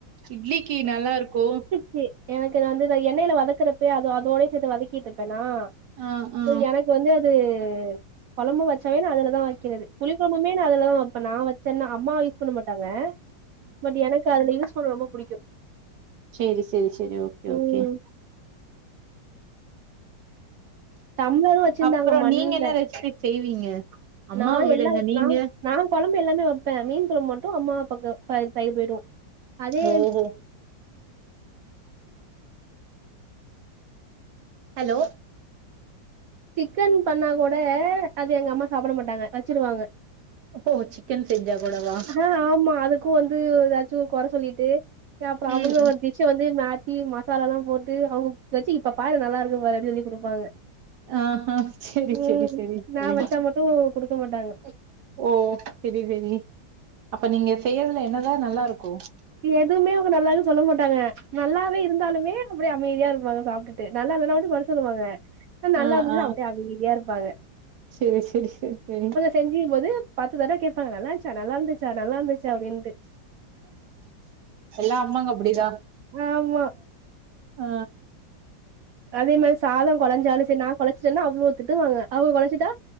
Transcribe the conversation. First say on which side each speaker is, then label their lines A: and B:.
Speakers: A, on the right; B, on the right.
A: இட்லிக்கு நல்லா இருக்கூ
B: கி எனக்கு நா வந்து எண்ணெயில வதக்குறப்ப அ அதோட சேர்த்து வதக்கிட்டு இருப்பேனா
A: ஆ ஆ
B: சோ எனக்கு இப்ப வந்து அது கொழம்பு வச்சாவே அதுலதா வைக்கிறது புளி கொழம்புமே நா அதுல தா வப்பே நா வச் வச்சன்ன அம்மா யூஸ் பண்ண மாட்டாங்க பட் எனக்கு அதுல யூஸ் பண்ண ரொம்ப பிடிக்கும்
A: செரி செரி செரி ஓகே
B: ம்
A: ஓகே
B: டம்ளரு வச்சிருந்தாங்க
A: அப்புறம்
B: மண்ல
A: நீங்க என்ன ரெசிப்பீஸ் செய்வீங்க அம்மாவ
B: நா
A: விடுங்க
B: எல்லா
A: நீங்க
B: நா நா கொழம்பு எல்லாமே வைப்பேன் மீன்கொழம்பு மட்டும் அம்மா அப்பாக்கு சைடு போய்டு அதே
A: ஓஹோ ஹலோ
B: சிக்கன் பண்ணா கூட அது எங்க அம்மா சாப்பிட மாட்டாங்க வச்சிருவாங்க
A: ஓ சிக்கன் செஞ்ஜா கூடவா
B: ஆ ஆமா அதுக்கும் வந்து ஏதாச்சும் கொற சொல்லிட்டு ஏ அப்புறம்
A: ம்
B: அவுங்க ஒரு டிஷ் ஷ வந்து மாத்தி மசாலா எல்லாம் போட்டு அவங்க வச்சு இப்ப பாரு நல்லா இருக்கும் பாரு அப்படின்னு சொல்லி கொடுப்பாங்க
A: ஆஹா சரி
B: உம்
A: சரி சரி சரி
B: நா வச்சா மட்டும் குடுக்க மாட்டாங்க
A: ஓ செரி செரி அப்ப நீங்க செய்யதுல என்னதான் நல்லா இருக்கும்
B: எதுவுமே அவங்க நல்லா சொல்ல மாட்டாங்க நல்லாவே இருந்தாலுமே அப்படி அமைதியா இருப்பாங்க சாப்பிட்டு ட்டு நல்லா இல்லன்னா அப்டி கொற சொல்லுவாங்க நல்லா
A: ஆ
B: இருந்துச்சுன்னா
A: ஆ
B: அப்படியே அமைதியா இருப்பாங்க
A: செரி செரி செரி செரி
B: செஞ்சுங் போது பத்து தடவ கேட்பாங்க நல்லா இருந்ச்சா நல்லா இருந்துச்சா நல்லா இருந்துச்சா அப்டின்ட்டு
A: எல்லா அம்மாங்க அப்டிதான்
B: ஆமா
A: அ
B: அதே மாரி சாதம் குலைஞ்சாலும் சரி நான் கொலைச்சிட்டேன்னா அவ்ளோ திட்டுவாங்க அவங்க கொலைச்சுட்டா